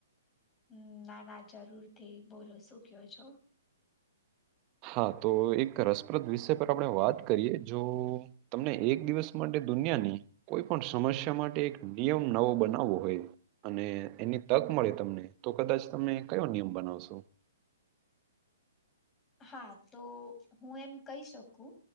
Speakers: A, on the left; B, on the right.
A: હમ્મ ના ના જરૂર થી બોલો શું કયો છો?
B: હા તો એક રસપ્રદ વિષય પર આપણે વાત કરીએ જો તમને એક દિવસ માટે દુનિયાની કોઈ પણ સમસ્યા માટે એક નિયમ નવો બનાવવો હોય અને એની તક મળે તમને તો કદાચ તમે કયો નિયમ બનાવશો?
A: હા તો હું એમ કહી શકું